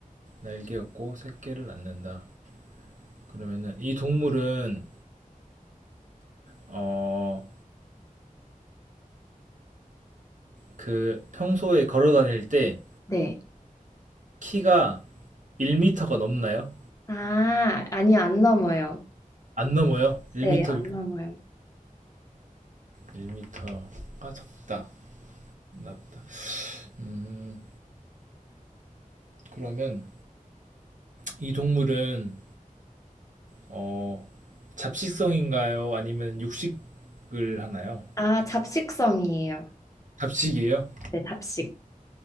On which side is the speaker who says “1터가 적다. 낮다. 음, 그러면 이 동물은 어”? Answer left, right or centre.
Right